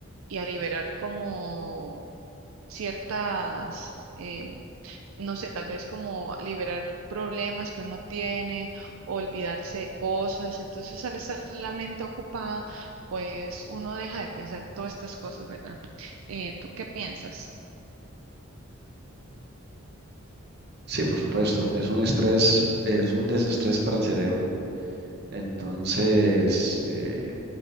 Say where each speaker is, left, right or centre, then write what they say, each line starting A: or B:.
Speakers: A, on the right (about 75°); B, on the right (about 50°).
A: y a liberar como ciertas, em, no sé, tal vez como liberar problemas que uno tiene, olvidarse de cosas. Entonces, al estar la mente ocupada, pues uno deja de pensar todas estas cosas, ¿verdad? Eh, ¿tú qué piensas?
B: Sí, por supuesto, es un estrés, es un desestrés para el cerebro. Entonces, eh,